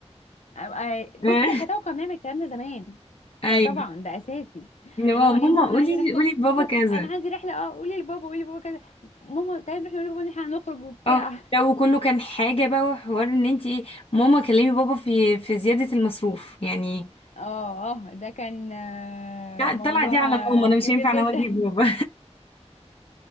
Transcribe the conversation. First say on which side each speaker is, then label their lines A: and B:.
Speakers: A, on the left; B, on the left.
A: آه آه،
B: <laughs>
A: بصي دي حياتي كنا بنعمل الكلام ده زمان ده
B: ايوه
A: طبعا ده اساسي
B: اللي هو
A: اللي هو
B: ماما
A: ايه ماما انا
B: قولي
A: عايزه رحله
B: قولي لبابا كذا
A: انا عندي رحله اه قولي لبابا قولي لبابا كذا ماما طيب نروح نقول لبابا ان احنا هنخرج وبتاع
B: اه لو كله كان حاجه بقى وحوار ان انت ايه ماما كلمي بابا في في زياده المصروف يعني
A: اه اه ده كان آه،
B: لا،
A: موضوع
B: طلع دي على
A: آه،
B: ماما انا
A: كبير
B: مش هينفع
A: جدا
B: انا اواجه بابا
A: <laughs>